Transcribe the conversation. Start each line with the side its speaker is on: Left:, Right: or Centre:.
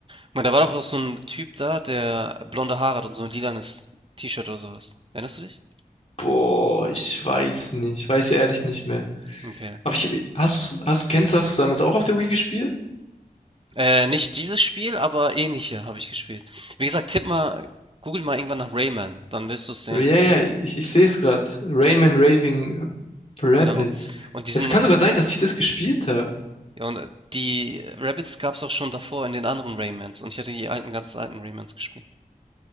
Right: Ich meine, da war doch auch so ein Typ da, der blonde Haare hat und so ein lilanes T-Shirt oder sowas Erinnerst du dich?
Left: Boah, ich weiß nicht, ich weiß ja ehrlich nicht mehr.
Right: Okay.
Left: Aber ich, hast du, hast, kennst du, hast du damals auch auf der Wii gespielt?
Right: Äh, nicht dieses Spiel, aber ähnliche habe ich gespielt. Wie gesagt, tipp mal google mal irgendwann nach Rayman, dann wirst du es sehen.
Left: Ja, ja, ich, ich sehe es gerade. Rayman Raving Rabbids.
Right: Genau. Und diesen
Left: Es kann sogar sein, dass ich das gespielt habe.
Right: Ja, und äh, die Rabbids gab es auch schon davor in den anderen Raymans. Und ich hatte die alten, ganz alten Raymans gespielt.